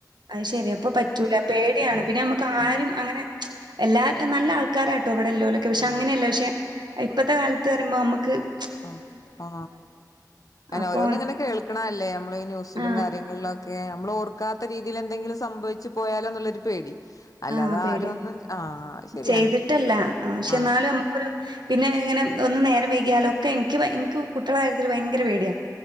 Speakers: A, on the right; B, on the left.
A: അയ്ശരിയാ അപ്പ പറ്റൂല പേടിയാണ്
B: ആഹ്
A: പിന്നെ നമ്മുക്ക്
B: ഉം
A: ആരും അങ്ങനെ ച് എല്ലാര് നല്ല ആൾക്കാരാ ട്ടൊവിടെല്ലോലൊ ക്കെ പക്ഷെ
B: ആഹ്
A: അങ്ങനെയല്ല പക്ഷെ ഇപ്പത്തെ കാലത്ത് പറയുമ്പോ നമക്ക് ക്ക്‌
B: ആ ആ അനെ
A: അപ്പൊ
B: ഓരോന്നും ഇങ്ങനെ കേൾക്കണ അല്ലേ നമ്മൾ ന്യൂസിലും
A: ആഹ്
B: കാര്യങ്ങളിലും ഒക്കെ ക്കെ നമ്മൾ ഓർക്കാത്ത രീതിയിൽ എന്തെങ്കിലും സംഭവിച്ചു പോയാലോ എന്നുള്ളൊരു പേടി അല്ലാതെ
A: ആഹ് പേടിയാ.
B: ആര് ഒന്നും ആ ശരിയാണ്
A: ചെയ്തിട്ടല്ല. ആഹ് പക്ഷെ
B: ആ
A: എന്നാലും നമുക്കൊരു പിന്നെ ഇങ്ങനെ ഒന്ന് നേരം വൈകിയാലൊക്കെ ൻക്ക് ഭയ ൻക്ക് കുട്ടികള കാര്യത്തിൽ ഭയങ്കര പേടിയാണ്